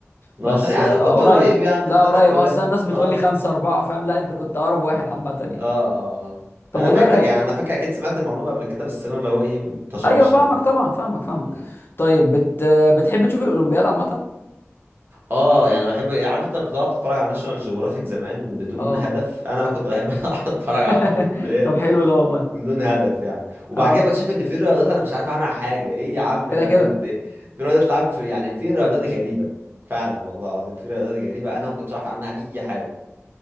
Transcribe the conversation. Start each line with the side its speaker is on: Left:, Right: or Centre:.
Right: 12
Left: بس
Right: يعني
Left: اه
Right: كنت
Left: آه، قريب
Right: قريب يعني
Left: لا
Right: ثلاث
Left: قريب
Right: جولات
Left: اصلا الناس بتقول
Right: اه
Left: لي خمسة أربعة فاهم لا أنت كنت أقرب واحد عامة يعني
Right: اه اه اه
Left: طب
Right: انا
Left: والله
Right: فاكر
Left: رايق
Right: يعني انا فاكر اكيد سمعت المعلومه قبل كده بس انا اللي هو ايه طشاش
Left: أيوه فاهمك
Right: فاهم
Left: طبعا فاهمك فاهمك
Right: م-
Left: طيب بت... بتحب تشوف الأولمبياد عامة؟
Right: اه يعني بحب عارف انت كنت قاعد اتفرج على ناشونال جيوغرافيك زمان بدون
Left: اه
Right: هدف انا كنت بحب <laughs> اتفرج
Left: <laughs>
Right: على القنبلات
Left: طب حلو ده والله
Right: بدون هدف يعني وبعد
Left: اه
Right: كده بكتشف ان في رياضات انا مش عارف عنها حاجه ايه يا عم
Left: كده
Right: ده,
Left: كده
Right: ده, ده في رياضات لعب في يعني في رياضات غريبه فعلا والله العظيم في رياضات غريبه انا ما كنتش عارف عنها اي حاجه